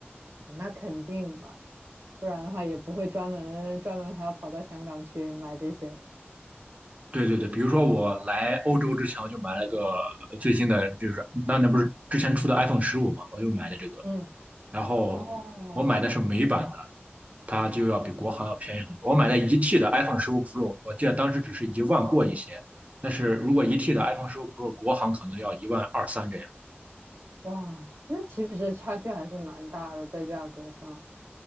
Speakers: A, on the right (about 80°); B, on the right (about 35°).
A: 哦那肯定嘛。不然的话也不会专门专门还要跑到香港去买这些。
B: 对对对，比如说我来欧洲之前，我就买了个呃最新的，就是那那不是之前出的 iPhone 十五嘛，我又买的这个，
A: 嗯，
B: 然后我买的是美版的，
A: 哦，
B: 它就要比国行要便宜很多。我买的一 T 的 iPhone 十五 Pro，我记得当时只是一万过一些，但是如果一 T 的 iPhone 十五 Pro 国行可能要一万二三这样。
A: 哇，那其实差距还是蛮大的，在价格上。